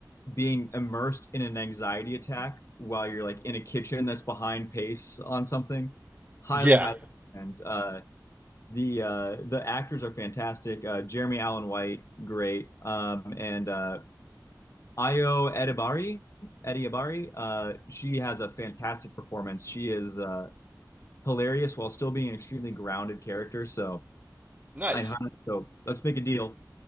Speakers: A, on the left; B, on the right.
A: being immersed in an anxiety attack while you're like in a kitchen that's behind pace on something, highly,
B: yeah,
A: highly recommend. Uh the uh the actors are fantastic. Uh Jeremy Allen White, great. Um and uh Ayo Edibari, Edibari, uh she has a fantastic performance. She is uh hilarious while still being an extremely grounded character, so
B: nice.
A: I
B: <laughs>
A: so let's make a deal.